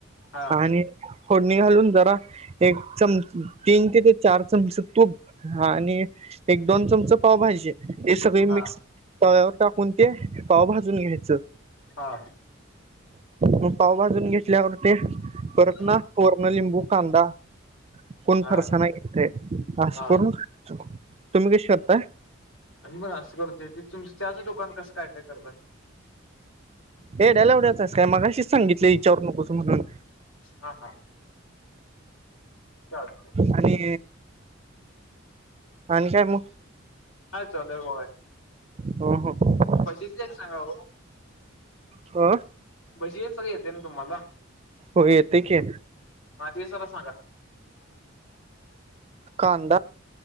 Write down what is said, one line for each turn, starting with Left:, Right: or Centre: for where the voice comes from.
Left: हा
Right: आणि फोडणी घालून जरा एक चम तीन ते ते चार चमच तूप आणि एक दोन चमच पावभाजी हे सगळी मिक्स
Left: हा
Right: तव्यावर टाकून ते पावा भाजून घ्यायचं
Left: हा
Right: मग पाव भाजून घे ल्यावर ते परत
Left: हम्म
Right: ना वर्ण लिंबू कांदा कोण
Left: हा
Right: फारसा नाही येते असं
Left: हा
Right: करून तुम्ही कशी करताय
Left: आम्ही पण असं करतोय ती तुमच त्याचंचहा दोकान कसं काय काय करतय
Right: एड्याला एवढ्याचस काय मगाशीच सांगितली विचारवर नकोस म्हणून
Left: हा हा चालतंय
Right: आणि आणि काय मग
Left: हाय चचा दवय
Right: हम हम
Left: त पंचवीस ला एक सांगा हो
Right: ह
Left: भजीच येते ना तुम्हाला
Right: होग येतय की
Left: माझी सर सांगा
Right: कांदा